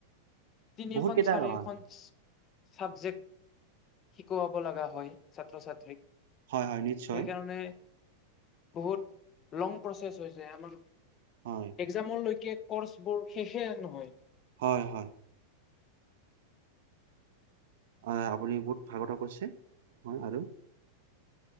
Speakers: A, on the left (about 30°); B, on the right (about 55°).
A: তিনিখন
B: বহুত কেইটা
A: চাৰিখন
B: হয়, হয়।
A: ছাবজেক্ট শিকোৱাব লগা হয় ছাত্ৰ ছাত্ৰীক সেইকাৰণে
B: হয়, হয়, নিশ্চয়
A: বহুত লং প্ৰচেছ হৈছে আমাৰ
B: হয়,
A: এক্জামলৈকে কৰ্চ বোৰ শেষে নহয়।
B: হয় হয়। অ আপুনি বহুত ভাগত কৰিছে হ আৰু